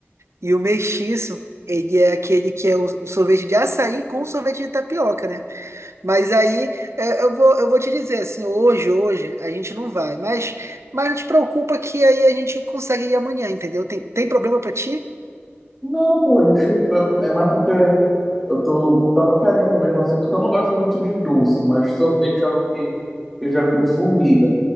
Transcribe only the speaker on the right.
E o mestiço, ele é aquele que é o, o sorvete de açaí com sorvete de tapioca, né? Mas aí é, eu vou, eu vou te dizer assim, hoje, hoje a gente não vai, mas, mas não te preocupa que aí a gente consegue ir amanhã, entendeu? Tem, tem problema pra ti?